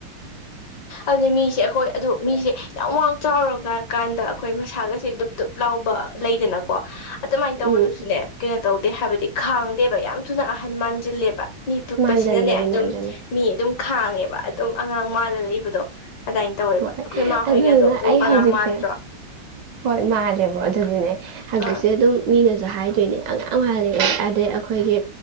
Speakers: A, on the left; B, on the right.
A: ꯑꯗꯨ ꯃꯤꯁꯦ ꯑꯩꯈꯣꯏ ꯑꯗꯨ ꯃꯤꯁꯦ ꯌꯥꯝ ꯋꯥꯡ ꯆꯥꯎꯔꯒ ꯀꯥꯟꯗ ꯑꯩꯈꯣꯏ ꯃꯁꯥꯒꯁꯦ ꯗꯨꯞ ꯗꯨꯨꯞ ꯂꯥꯎꯕ ꯂꯩꯗꯅꯀꯣ ꯑꯗꯨꯃꯥꯏꯅ ꯇꯧꯕꯗꯨꯁꯨꯅꯦ
B: ꯎꯝ
A: ꯀꯩꯅꯣ ꯇꯧꯗꯦ ꯍꯥꯏꯕꯗꯤ ꯈꯥꯡꯗꯦꯕ ꯌꯥꯝ ꯊꯨꯅ ꯑꯍꯟ ꯃꯥꯟꯁꯤꯜꯂꯦꯕ ꯃꯤ ꯄꯤꯛꯄꯁꯤꯅꯅꯦ
B: ꯃꯥꯟꯖꯟꯗꯣꯏꯅꯦ
A: ꯑꯗꯨꯝ
B: ꯃꯥꯟꯖꯟꯅ
A: ꯃꯤ ꯑꯗꯨꯝ ꯈꯥꯡꯉꯦꯕ ꯑꯗꯨꯝ ꯑꯉꯥꯡ ꯃꯥꯜꯂ ꯂꯩꯕꯗꯣ ꯑꯗꯥꯏ ꯇꯧꯋꯦꯕ
B: ꯍꯣꯏ
A: ꯑꯩꯈꯣꯏ ꯃꯥꯍꯣꯏꯒꯥꯗꯣ
B: ꯑꯗꯨꯗꯨꯅ
A: ꯑꯗꯨꯝ
B: ꯑꯩ
A: ꯑꯉꯥꯡ
B: ꯍꯧꯖꯤꯛꯁꯦ
A: ꯃꯥꯟꯗ꯭ꯔꯣ
B: ꯍꯣꯏ ꯃꯥꯜꯂꯦꯕꯣ ꯑꯗꯨꯗꯨꯅꯦ ꯍꯧꯖꯤꯛꯁꯦ
A: ꯑꯥ
B: ꯑꯗꯨꯝ ꯃꯤꯅꯁꯨ ꯍꯥꯏꯗꯣꯏꯅꯦ ꯑꯉꯥꯡ ꯃꯥꯜꯂ‌ꯦ ꯑꯗꯩ ꯑꯩꯈꯣꯏꯒꯤ